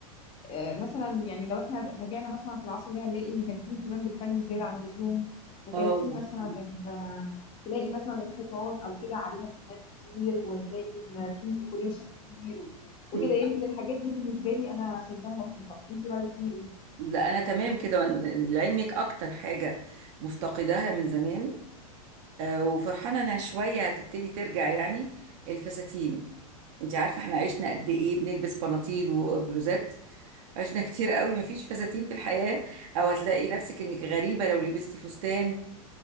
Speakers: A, on the left; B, on the right.
A: آه، مثلا يعني لو احنا رجعنا مثلا في العصر ده هنلاقي ان كان فيه اهتمام بالفن زياده عن اللزوم وكان
B: اه
A: فيه
B: صح
A: مثلا ال- تلاقي مثلا الحيطان او كده عليها رسومات كتير وتلاقي ان فيه ديكوريشن كتير وكده
B: مم.
A: يمكن الحاجات دي بالنسبه لي انا شايفاها لطيفه انت رايك فيها ايه؟
B: لا انا تمام كده وأن- لعلمك اكتر حاجه مفتقداها من زمان آه، وفرحانه انها شويه هتبتدي ترجع يعني الفساتين انت عارفه احنا عشنا قد ايه بنلبس بناطيل وبلوزات عشنا كتير قوي مفيش فساتين في الحياة او هتلاقي نفسك انك غريبة لو لبستي فستان